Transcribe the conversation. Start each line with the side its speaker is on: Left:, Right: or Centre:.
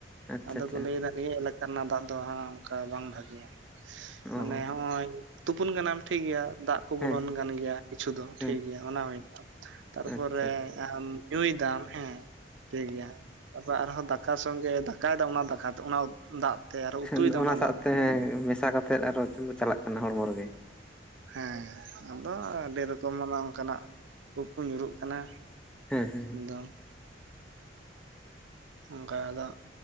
Centre: ᱟᱪᱪᱷᱟ
Right: ᱟᱫᱚ
Centre: ᱟᱪᱪᱷᱟ
Right: ᱠᱚ ᱞᱟᱹᱭ ᱫᱟ ᱱᱤᱭᱟᱹ ᱮᱞᱟᱠᱟ ᱨᱮᱱᱟᱜ ᱫᱟᱜ ᱫᱚ ᱦᱟᱸᱜ ᱚᱱᱠᱟ ᱵᱟᱝ ᱵᱷᱟᱜᱮᱭᱟ᱾
Centre: ᱚ
Right: ᱢᱟᱱᱮ ᱦᱚᱸᱜᱼᱚᱭ ᱛᱩᱯᱩᱱ ᱠᱟᱱᱟᱢ ᱴᱷᱤᱠ ᱜᱮᱭᱟ ᱫᱟᱜ ᱠᱚ
Centre: ᱦᱮᱸ
Right: ᱵᱚᱞᱚᱱ ᱠᱟᱱ ᱜᱮᱭᱟ᱾ ᱠᱤᱪᱷᱩ ᱫᱚ
Centre: ᱦᱮᱸ
Right: ᱴᱷᱤᱠ ᱜᱮᱭᱟ ᱚᱱᱟ ᱦᱩᱭᱛᱟᱢ ᱛᱟᱨᱯᱚᱨ
Centre: ᱟᱪᱪᱷᱟ ᱟᱪᱪᱷᱟ
Right: ᱟᱢ ᱧᱩᱭ ᱫᱟᱢ ᱦᱮᱸ ᱴᱷᱤᱠ ᱜᱮᱭᱟ᱾ ᱟᱵᱟᱨ ᱟᱨᱦᱚ ᱫᱟᱠᱟ ᱥᱚᱜᱮ ᱫᱟᱠᱟᱭ ᱫᱟᱢ, ᱚᱱᱟ ᱫᱟᱠᱟ ᱚᱱᱟ ᱫᱟᱜ ᱛᱮ ᱟᱨᱦᱚᱸ
Centre: <unintelligible>
Right: ᱩᱛᱩᱭ ᱫᱟᱢ
Centre: ᱚᱱᱟ ᱥᱟᱜᱛᱮ
Right: ᱫᱟᱜ
Centre: ᱦᱮᱸ ᱢᱮᱥᱟ ᱠᱟᱛᱮᱫ ᱟᱨᱚᱚ ᱪᱟᱞᱟᱜ ᱠᱟᱱᱟ ᱦᱚᱲᱢᱚ ᱨᱮᱜᱮ᱾
Right: ᱦᱮ ᱟᱫᱚ ᱟᱹᱰᱤ ᱨᱚᱠᱚᱢ ᱚᱱᱮ ᱚᱱᱠᱟᱱᱟᱜ ᱩᱵ ᱠᱚ ᱧᱩᱨᱩᱜ ᱠᱟᱱᱟ᱾
Centre: ᱦᱮᱸ ᱦᱮᱸ ᱦᱩᱸ᱾
Right: ᱮᱠᱫᱚᱢ ᱚᱱᱠᱟ ᱫᱚ